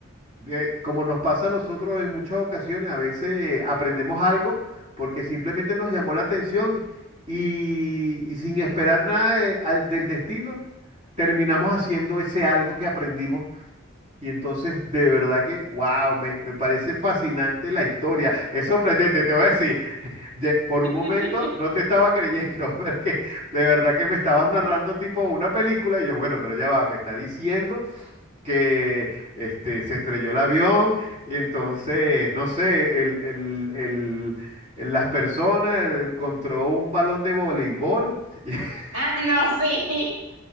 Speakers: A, on the right; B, on the right.
A: eh, como nos pasa a nosotros en muchas ocasiones, a veces aprendemos algo porque simplemente nos llamó la atención y, y sin esperar nada de- al- del destino, terminamos haciendo ese algo que aprendimos y entonces, de verdad que, wow, me, me parece fascinante la historia. Es sorprendente, te voy a decir, de- por
B: <laughs>
A: un momento no te estaba creyendo, <laughs> porque de verdad que me estabas narrando tipo una película y yo, bueno, pero ya va, me está diciendo que este, se estrelló el avión y entonces, no sé, el, el, el- el- las personas encontró un balón de voleibol. <laughs>
B: Ah, no, sí.